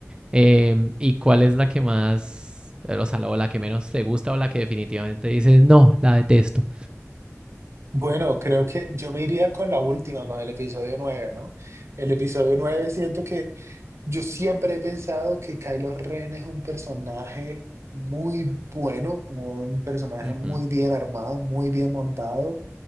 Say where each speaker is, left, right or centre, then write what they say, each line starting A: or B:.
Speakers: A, on the right; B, on the right.
A: Em, ¿y cuál es la que más, o sea, la- o la que menos te gusta o la que definitivamente dices, no, la detesto?
B: Bueno, creo que yo me iría con la última, con el episodio 9, ¿no? El episodio 9 siento que yo siempre he pensado que Kylo Ren es un personaje muy bueno, un personaje
A: Ujú.
B: muy bien armado, muy bien montado.